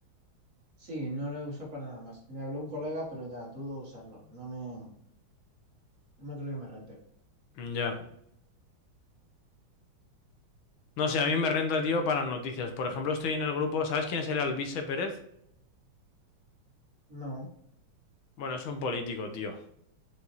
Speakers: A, on the right (about 40°); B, on the left (about 75°).
A: Sí, no lo uso para nada más. Me habló un colega, pero ya dudo usarlo. No me, no creo que me rente.
B: Mm, Ya. No sé, a mí me renta, tío, para noticias. Por ejemplo, estoy en el grupo. ¿Sabes quién es el Alvise Pérez?
A: No,
B: Bueno, es un político, tío.